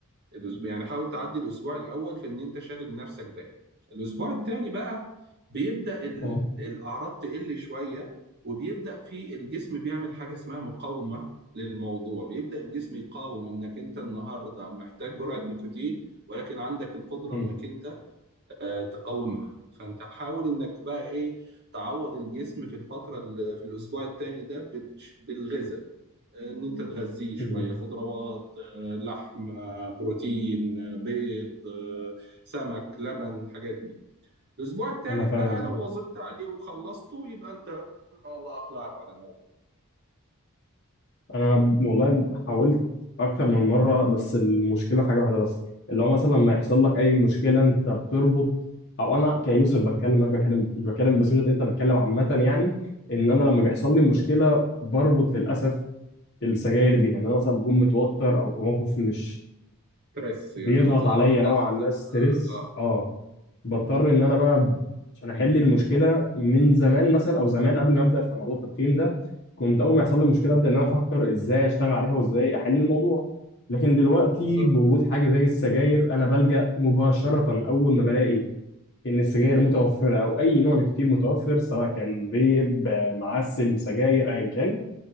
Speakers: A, on the right; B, on the left.
A: الاسبوع يعني حاول تعدي الاسبوع الاول في ان انت شاغل نفسك دايما الاسبوع الثاني بقى بيبدا ال-
B: اه
A: الاعراض تقل شويه وبيبدا في الجسم بيعمل حاجه اسمها مقاومه للموضوع بيبدا الجسم يقاوم انك انت النهارده محتاج جرعه نيكوتين ولكن عندك القدره
B: امم
A: انك انت آه، تقاومها فانت حاول انك بقى ايه تعوض الجسم في الفتره اللي في الاسبوع الثاني ده بالش- بالغذاء ان انت تغذيه شويه
B: امم
A: خضروات آه، لحم آه، بروتين آه، بيض آه، سمك لبن الحاجات دي الاسبوع الثالث
B: انا فاهم
A: بقى لو واظبت عليه وخلصته يبقى انت والله اقلعت عن الموضوع
B: انا والله حاولت اكتر من مره بس المشكله في حاجه واحده بس اللي هو مثلا لما يحصل لك اي مشكله انت بتربط او انا كيوسف بتكلم مش بكلم مش بتكلم بصيغه انت بتكلم عامه يعني ان انا لما بيحصل لي مشكله بربط للاسف السجاير بيها ان انا مثلا بكون متوتر او في موقف مش
A: بريس
B: بيضغط
A: يعني تقع
B: عليا
A: في ضغط
B: نوعا ما
A: اه
B: ستريس
A: آه،
B: اه بضطر ان انا بقى عشان احل المشكله من زمان مثلا او زمان قبل ما ابدا في موضوع التدخين ده كنت اول ما يحصل لي مشكله ابدا ان انا افكر ازاي اشتغل عليها وازاي احل الموضوع لكن دلوقتي
A: بالظبط
B: بوجود حاجه زي السجاير انا بلجأ مباشره اول ما بلاقي ان السجاير متوفره او اي نوع نيكوتين متوفر سواء كان فيب آه، معسل سجاير ايا كان